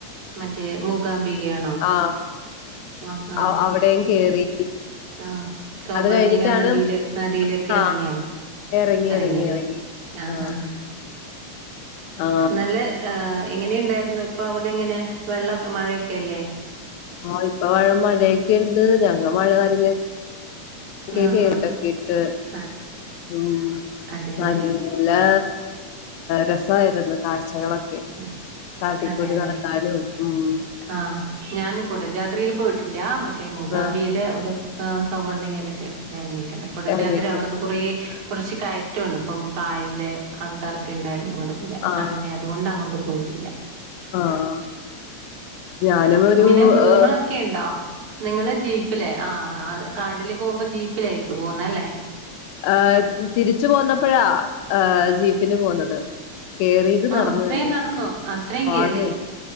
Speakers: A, on the right; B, on the left.
A: മറ്റേ മൂകാംബികയാണോ
B: ആ
A: ആഹ് ആഹ്
B: ആ അവിടെയും കേറി
A: ആഹ് സൗബർണിക
B: അത് കഴിഞ്ഞിട്ടാണ്
A: നദിയിലെ നദിയിലേക്ക്
B: ആ
A: എറങ്ങിയാ
B: ഇറങ്ങി
A: എറങ്ങി
B: ഇറങ്ങി
A: ല്ലേ
B: ഇറങ്ങി
A: ആഹ്
B: ആ
A: ആഹ്
B: ആ
A: നല്ല എങ്ങനെയുണ്ടായിരുന്നു ഇപ്പൊ അവിടെ എങ്ങനെ വെള്ളെ മഴയൊക്കെല്ലേ
B: ആഹ് ഇപ്പൊംമഴയൊക്കെ ഉണ്ട് ഞങ്ങ മഴ നനഞ്ഞ കേ
A: ആഹാ
B: കേട്ടക്കെട്ട്
A: ആ
B: ന
A: അതെല്ലേ
B: <unintelligible> നല്ലാ രസായിരുന്നു കാഴ്ചകളൊക്കെ
A: ആ,
B: കാട്ടിക്കൂടി
A: അതെല്ലേ
B: നടക്കാനും ഉം
A: ആഹ് ഞാന് കുടജായിൽത്രിയില് പോയിട്ടില്ല മറ്റേ മൂകാംബിയില്
B: ആഹ്
A: അവിടെ സവർണ്ണികയിലൊക്കെ എറങ്ങിട്ടല്ല കൊടാജാത്രി
B: എറങ്ങിട്ട്
A: ആവിടുന്ന് കുറേ കൊറച്ച് കയറ്റുണ്ട് ഇപ്പം പ്രായിലെ ആൾക്കാരൊക്കെ ഉണ്ടായിരുന്നു ഞങ്ങടെ കൂടെ
B: ആഹ്
A: അങ്ങനെ അതുകൊണ്ട് അങ്ങോട്ട് പോയിട്ടില്ല
B: ആഹ് ഞാനും ഒരു
A: ഇങ്ങനെ മൃഗങ്ങളൊക്കെ
B: ഏഹ്
A: ഇണ്ടോ നിങ്ങളെ ജീപ്പില് ആഹ് കാടില് പോകുമ്പോ ജീപ്പിലേക്ക് പോകുന്ന ല്ലേ
B: ഏ തിരിച്ചു പോന്നപ്പോഴാ ജീപ്പിന് പോന്നത് കേറിയത്
A: ആഹാ
B: നടന്നു
A: അത്രയും
B: തന്നെയാ
A: നടന്നു അത്രയും കേറി
B: ആന്നെ